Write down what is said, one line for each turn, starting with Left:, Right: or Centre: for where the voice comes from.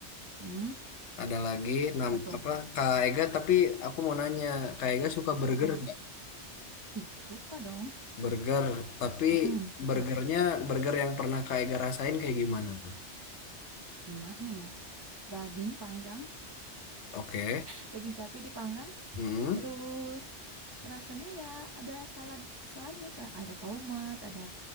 Right: Hmm,
Left: ada lagi. Nam
Right: apa tuh?
Left: apa Kak Ega? Tapi aku mau nanya, Kak Ega suka burger
Right: Apa?
Left: nggak?
Right: Ih suka dong.
Left: Burger, tapi
Right: Heeh, suka.
Left: burgernya burger yang pernah Kak Ega rasain kayak gimana tuh?
Right: Gimana ya? Daging panggang,
Left: Oke,
Right: <laughs> daging sapi dipanggang,
Left: hmm,
Right: terus rasanya ya ada salad saladnya, sa- ada tomat, ada